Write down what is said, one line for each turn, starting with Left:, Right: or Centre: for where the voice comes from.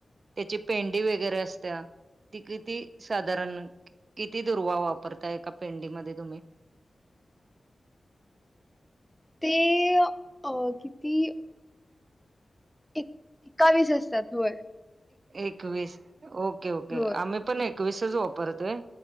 Right: त्याची पेंडी वगैरे असत्या ती किती साधारण किती दुर्वा वापरता एका पेंडीमध्ये तुम्ही
Centre: ते अ किती? एक एकावीस असतात होय.
Right: एकवीस ओके ओके
Centre: होय
Right: आम्ही पण एकवीसच वापरतोय.